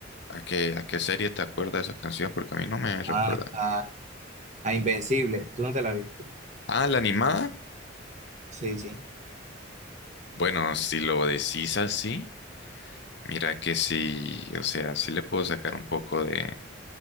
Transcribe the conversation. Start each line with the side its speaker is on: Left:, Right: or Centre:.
Left: ¿a qué, a qué serie te acuerda esa canción? Porque a mí no me recuerda.
Right: A, a, a Invencible, ¿tú no te la viste?
Left: Ah, la animada.
Right: Sí, sí,
Left: Bueno, si lo decís así, mira que sí, o sea, sí le puedo sacar un poco de,